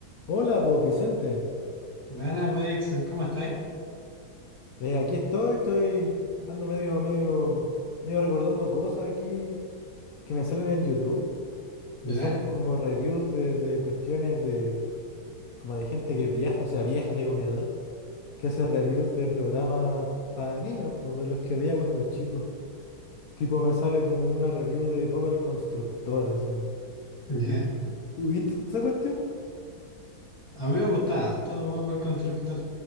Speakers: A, on the left; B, on the left.
A: Hola, pues Vicente.
B: Buena, pues, Dixon, ¿cómo estáis?
A: Eh, aquí estoy, estoy ando medio, medio, medio recordando cosas aquí que me salen en YouTube.
B: ¿Ya?
A: Me salen como reviews de, de cuestiones de, como de gente que es vieja, o sea, vieja, digo mi edad, que hace reviews de programas para niños, pues de los que veía cuando chico. Tipo, me sale como una review de Bob el Constructor, así. ¿Y
B: ¿Ya?
A: tú, tú viste esa cuestión?
B: A mí me gusta harto Bob el Constructor.